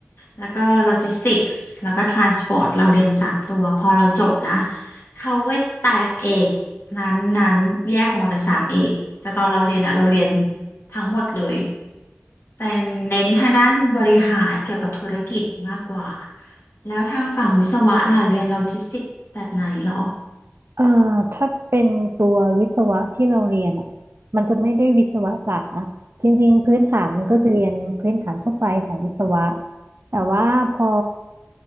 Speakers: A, on the left (about 60°); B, on the right (about 55°).
A: แล้วก็ Logistics แล้วก็ Transport เราเรียนสามตัวพอเราจบนะเขาก็แตกเอกนั้นนั้นแยกออกมาเป็นสามเอกแต่ตอนเราเรียนอะเราเรียนทั้งหมดเลย เป็นเน้นทางด้านบริหารเกี่ยวกับธุรกิจมากกว่าแล้วทางฝั่งวิศวะล่ะเรียนโลจิสติกแบบไหนเหรอ
B: เอ่อถ้าเป็นตัววิศวะที่เราเรียนอ่ะมันจะไม่ได้วิศวะจ๋าจริงๆพื้นฐานมันก็จะเรียนพื้นฐานทั่วไปของวิศวะ
A: อืม
B: แต่ว่าพอ